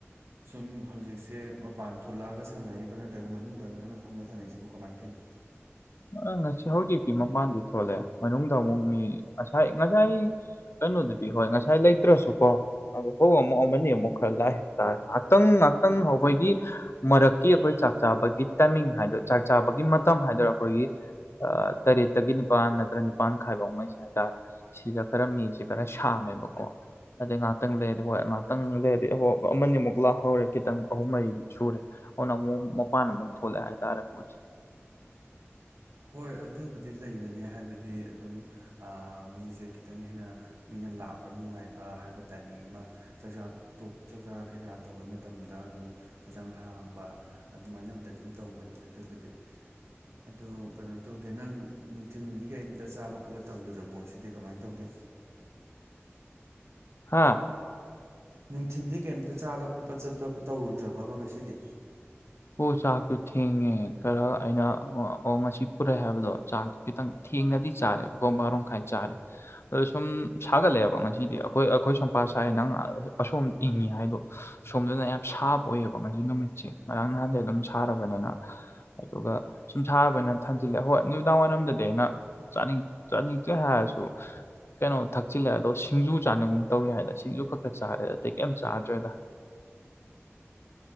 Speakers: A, on the right; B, on the left.
A: ꯁꯨꯝ ꯍꯧꯖꯤꯛꯁꯦ ꯃꯄꯥꯟ ꯊꯣꯛꯂꯛꯑꯒ ꯁꯥꯟꯅꯔꯤꯕ꯭ꯔꯥ ꯅꯠꯇ꯭ꯔꯒ ꯃꯅꯨꯡꯗ ꯅꯪꯅ ꯐꯝꯕ ꯁꯥꯟꯅꯔꯤꯁꯤꯕꯨ ꯀꯃꯥꯏꯅ ꯇꯧꯔꯤꯅꯣ
B: ꯑ ꯉꯁꯤ ꯍꯧꯖꯤꯛꯇꯤ ꯃꯄꯥꯟꯗꯤ ꯊꯣꯛꯂꯛꯦ ꯃꯅꯨꯡꯗ ꯑꯃꯨꯛ ꯃꯤ ꯉꯁꯥꯏ ꯉꯁꯥꯏ ꯀꯩꯅꯣꯗꯨꯗꯤ ꯍꯣꯏ ꯉꯁꯥꯏ ꯂꯩꯇ꯭ꯔꯁꯨꯀꯣ ꯑ ꯍꯣꯏ ꯑꯃꯨꯛ ꯑꯃꯅꯤ ꯑꯃꯨꯛ ꯈꯔ ꯂꯥꯛꯑꯦ ꯍꯥꯏꯕꯇꯥꯔꯦ ꯉꯥꯛꯇꯪ ꯉꯥꯏꯍꯥꯛꯇꯪ ꯍꯧꯕꯒꯤ ꯃꯔꯛꯀꯤ ꯑꯩꯈꯣꯏ ꯆꯥꯛ ꯆꯥꯕꯒꯤ ꯇꯥꯏꯃꯤꯡ ꯍꯥꯏ ꯆꯥꯛ ꯆꯥꯕꯒꯤ ꯃꯇꯝ ꯍꯥꯏꯗꯔ ꯑꯩꯈꯣꯏꯒꯤ ꯇꯔꯦꯠꯇꯒꯤ ꯅꯤꯄꯥꯜ ꯅꯠꯇ꯭ꯔ ꯅꯤꯄꯥꯟ ꯈꯥꯏꯕꯥꯎꯉꯩꯁꯦ ꯍꯥꯏꯇꯥꯔꯦ ꯁꯤꯗ ꯈꯔ ꯃꯤꯡꯁꯦ ꯈꯔ ꯁꯥꯡꯉꯦꯕꯀꯣ ꯑꯗꯩ ꯉꯍꯥꯛꯇꯪ ꯂꯩꯔꯗꯤ ꯍꯣꯏ ꯉꯥꯛꯇꯪ ꯂꯩꯔꯗꯤ ꯍꯣ ꯑꯃꯅꯤꯃꯨꯛ ꯂꯥꯛꯍꯧꯔꯦ ꯈꯤꯇꯪ ꯑꯍꯨꯝ ꯃꯔꯤꯗꯤ ꯁꯨꯔꯦ ꯑꯣꯅꯃꯄꯥꯟ ꯑꯃꯨꯛ ꯊꯣꯛꯂꯛ ꯑꯦ ꯍꯥꯏ ꯇꯥꯔꯦ ꯄꯣꯠꯁꯦ
A: ꯍꯣꯏ ꯑꯗꯨꯕꯨꯗꯤ ꯂꯩꯕꯅꯦ ꯍꯥꯏꯕꯗꯤ ꯑꯗꯨꯝ ꯃꯤꯁꯦ ꯈꯤꯇꯪ ꯍꯦꯟꯅ ꯃꯤꯅ ꯂꯥꯛꯄ ꯅꯨꯡꯉꯥꯏꯕ ꯍꯥꯏꯕ ꯇꯥꯏꯃꯤꯡ ꯑꯃ ꯆꯥꯛꯆꯥ ꯇꯣꯛ ꯆꯥꯛꯆꯥ ꯀꯩꯀꯥ ꯇꯧꯕꯩ ꯃꯇꯝꯗ ꯑꯃꯨꯛ ꯈꯤꯇꯪ ꯍꯥꯡꯕ ꯑꯗꯨꯃꯥꯏꯅ ꯑꯃꯝꯗ ꯑꯗꯨꯝ ꯇꯧꯕꯅꯤꯗ ꯑꯗꯨꯕꯨꯗꯤ ꯑꯗꯣ ꯀꯩꯅꯣ ꯇꯧꯗꯦ ꯅꯪ ꯅꯨꯡꯊꯤꯟꯗꯤ ꯀꯩꯝꯇ ꯆꯥꯕ ꯈꯣꯠꯄ ꯇꯧꯔꯨꯗ꯭ꯔꯕꯣ ꯉꯁꯤꯗꯤ ꯀꯃꯥꯏꯅ ꯇꯧꯒꯦ
B: ꯍꯥꯥ
A: ꯅꯨꯡꯊꯤꯟꯗꯤ ꯀꯩꯝꯇ ꯆꯥꯕ ꯈꯣꯠꯄ ꯆꯠꯄ ꯇꯧꯔꯨꯗ꯭ꯔꯕꯥꯕꯥ ꯉꯁꯤꯗꯤ
B: ꯑꯣ ꯆꯥꯛꯇꯣ ꯊꯦꯡꯉꯦ ꯈꯔ ꯑꯩꯅ ꯑꯣ ꯉꯁꯤ ꯄꯨꯔꯦ ꯍꯥꯏꯕꯗꯣ ꯆꯥꯛ ꯈꯤꯇꯪ ꯊꯦꯡꯅꯗꯤ ꯆꯥꯔꯦ ꯕꯥꯔꯣꯃꯈꯥꯏ ꯆꯥꯔꯦ ꯑꯗꯣ ꯁꯨꯝ ꯁꯥꯒꯠꯂꯛꯑꯦꯕ ꯉꯁꯤꯗꯤ ꯑꯩꯈꯣꯏ ꯑꯩꯈꯣꯏ ꯁꯨꯝꯄꯥ ꯁꯥꯏ ꯅꯪ ꯑꯁꯣꯝ ꯏꯪꯉꯤ ꯍꯥꯏꯗꯣ ꯁꯣꯝꯗꯅ ꯌꯥꯝ ꯁꯥꯕ ꯑꯣꯏꯌꯦꯕ ꯉꯁꯤ ꯅꯨꯃꯤꯠꯁꯦ ꯉꯔꯥꯡ ꯅꯍꯥꯟꯗꯩ ꯑꯗꯨꯝ ꯁꯥꯔꯕꯅꯤꯅ ꯑꯗꯨꯒ ꯁꯨꯝ ꯁꯥꯕꯅ ꯊꯝꯖꯤꯜꯂꯦ ꯍꯣꯏ ꯅꯨꯃꯤꯗꯥꯡ ꯋꯥꯏꯔꯝꯗꯗꯤ ꯑꯩꯅ ꯆꯥꯅꯤꯡ ꯆꯥꯅꯤꯡꯇꯦ ꯍꯥꯏꯔ꯭ꯁꯨ ꯀꯩꯅꯣ ꯊꯛꯆꯤꯜꯂꯦ ꯑꯗꯣ ꯁꯤꯡꯖꯨ ꯆꯥꯅꯤꯡꯒꯨꯝ ꯇꯧ ꯌꯥꯏꯗ ꯁꯤꯡꯖꯨ ꯈꯛꯇ ꯆꯥꯔꯦ ꯑꯇꯩ ꯀꯩꯝ ꯆꯥꯗ꯭ꯔꯦꯗ